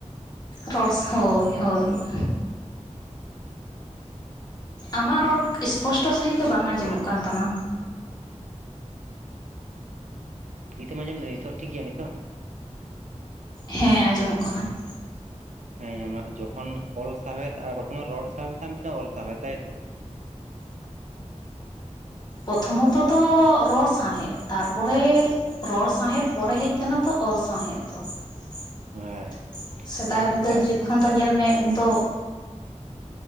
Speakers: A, on the left; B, on the right.
A: ᱨᱚᱲ <unintelligible> ᱦᱚᱭ ᱦᱚᱭ ᱾ ᱟᱢᱟᱜ ᱨᱚᱲ ᱤᱥᱯᱚᱥᱴᱚ ᱥᱟᱺᱦᱤᱡ ᱫᱚ ᱵᱟᱝ ᱟᱸᱡᱚᱢᱚᱜ
B: ᱚᱞ
A: ᱠᱟᱱ ᱛᱟᱢᱟ᱾
B: ᱱᱤᱛᱚᱜ ᱢᱟ ᱟᱸᱡᱚᱢ ᱫᱟ ᱱᱤᱛᱚᱜ ᱴᱷᱤᱠ ᱜᱮᱮᱭᱟ ᱱᱤᱛᱚᱜ ᱾
A: ᱦᱮᱸ ᱟᱸᱡᱚᱢᱚᱜ ᱠᱟᱱᱟ ᱾
B: ᱦᱮᱸ <unintelligible> ᱡᱚᱠᱷᱚᱱ ᱚᱞ ᱥᱟᱶᱦᱮᱫ ᱟᱨ ᱵᱟᱨᱛᱚᱢᱟᱱ ᱨᱚᱲ ᱥᱟᱶᱦᱮᱫ ᱢᱤᱫᱴ ᱚᱞ ᱥᱟᱶᱟᱦᱮᱫ ᱛᱟᱭᱛᱚ ᱾
A: ᱯᱚᱨᱚᱛᱷᱚᱢ ᱢᱚᱛᱚ ᱫᱚ ᱨᱚᱲ ᱥᱟᱶᱦᱮᱫ ᱛᱟᱨᱯᱚᱨᱮ ᱨᱚᱲ ᱥᱟᱶᱦᱮᱫ ᱯᱚᱨᱮ ᱦᱮᱡ ᱟᱠᱟᱱᱟ ᱛᱚ ᱚᱞ ᱥᱟᱶᱦᱮᱫ ᱫᱚ ᱾
B: ᱦᱮᱸ
A: <unintelligible> ᱥᱮᱫᱟᱭ
B: ᱡᱟᱦᱟᱸ
A: ᱵᱤᱫᱟᱹᱞ
B: ᱠᱚ
A: ᱡᱚᱠᱷᱚᱱ ᱫᱚ
B: ᱦᱮᱸ
A: ᱧᱮᱞ ᱢᱮ ᱩᱱ ᱫᱚᱻ